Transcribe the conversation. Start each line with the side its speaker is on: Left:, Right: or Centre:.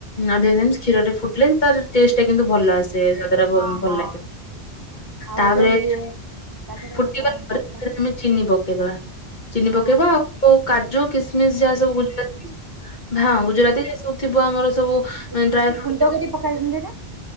Left: ନା ଅଧିକା ଟାଇମ କ୍ଷୀର ରେ ଫୁଟିଲେ ତାର ଟେଷ୍ଟଟା କିନ୍ତୁ ଭଲ ଆସେ ସ୍ୱାଦ ଟା ଭ
Right: ହଁ
Left: ଭଲ
Right: ହଁ
Left: ଲାଗେ।
Right: ଆଉ
Left: ତାପରେ
Right: ଯୋଉ ଇଏ ତା ଦେହରେ
Left: ଫୁଟିଗଲା
Right: କଣ
Left: ପରେ
Right: ବଟର
Left: ସେଥିରେ ଆମେ ଚିନି ପକେଇଦବା।। ଚିନି ପକେଇବା
Right: ହଁ
Left: ଆଉ କାଜୁ କିସ୍‌ମିସ୍‌ ଯାହା ସବୁ ଗୁଜୁରାତି ହଁ ଗୁଜୁରାତି ଯାହା ସବୁ ଥିବ ଆମର ସବୁ।
Right: ଗୁଜୁରାତି
Left: ଡ୍ରାଇ ଫ୍ରୁଟ
Right: ଗୁଣ୍ଡ କରି ପକା ନ୍ତି ନା?